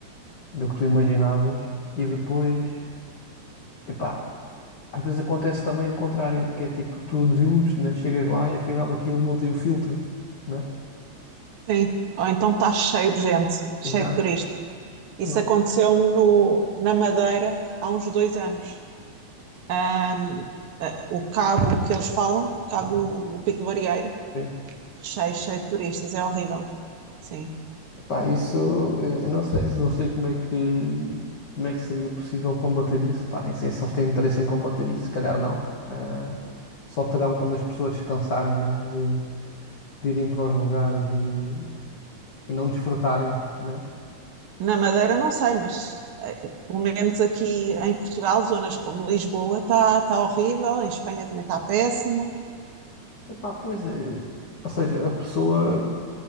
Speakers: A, on the left (about 60°); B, on the right (about 65°).
A: do que tu imaginavas. E depois, epá, às vezes acontece também o contrário, que é tipo, tu desiludes, né? Chegas lá e afinal aquilo não tem o filtro, né?
B: sim. Ou então está cheio de gente, cheio
A: Exato.
B: de turistas. Isso
A: Não.
B: aconteceu-me no- na Madeira há uns dois anos. Ahm, ah, o cabo que eles falam, cabo do o Pico do Arieiro,
A: Sim.
B: cheio, cheio de turistas, é horrível. Sim.
A: Epá, isso eh, eu não sei, não sei como é que como é que seria possível combater isso. Pá, nem sei se eles têm interesse em combater isso, se calhar não. Ah, só terão quando as pessoas se cansarem, né? De, de irem para os lugares e, e não desfrutarem, né?
B: Na Madeira não sei, mas eh, pelo menos aqui em Portugal, zonas como Lisboa está tá tá horrível, em Espanha também está péssimo.
A: Epá, pois é. Ou seja, a pessoa,